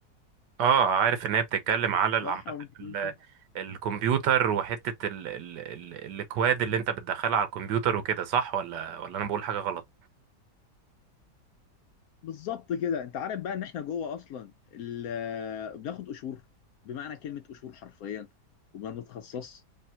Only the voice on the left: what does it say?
صح
او مش
صح
بالظبط كده انت عارف بقى ان احنا جوه اصلا ال- آه، بناخد قشور بمعنى كلمه قشور حرفيا وما بنتخصص